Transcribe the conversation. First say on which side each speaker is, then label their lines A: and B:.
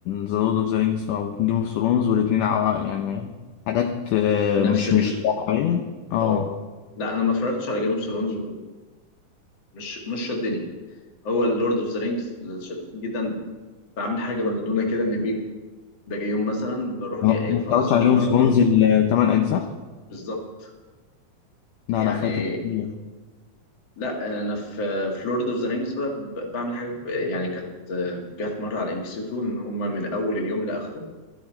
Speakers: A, on the left; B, on the left.
A: ذا لورد اوف ذا رينجز او جيم اوف ثرونز والاتنين ع- يعني حاجات آه،
B: نفس
A: مش
B: ال...
A: مش واقعية اه
B: اه لا انا ما اتفرجتش على جيم اوف ثرونز مش مش شدني هو اللورد اوف ذا رينجز شدتني جدا بعمل حاجة مجنونة كده ان باجي يوم مثلا بروح
A: ما
B: جاي قايل
A: ما
B: خلاص
A: اتفرجتش
B: النهارده
A: على جيم اوف ثرونز الثمان اجزاء
B: بالظبط
A: لا
B: يعني
A: لا فايتك كتير
B: لا انا في في لورد اوف ذا رينجز بقى ب- بعمل حاجه ك- يعني كانت جت مره على ام بي سي 2 ان هم من اول اليوم لاخره